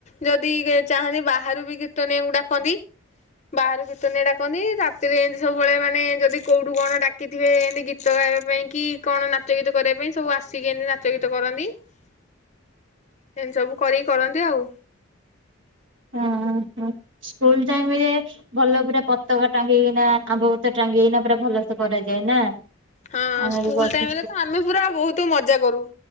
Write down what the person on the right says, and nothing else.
ହଁ ହଁ ସ୍କୁଲ ଟାଇମ ରେ ଭଲ ପୁରା ପତକା ଟାଙ୍ଗିକିନା ଆମ୍ବ ପତ୍ର ଟାଙ୍ଗିିଗିନା ପୁରା ଭଲ ସେ କରାଯାଏ ନା?
ଆମେ
ବି କରିଛୁ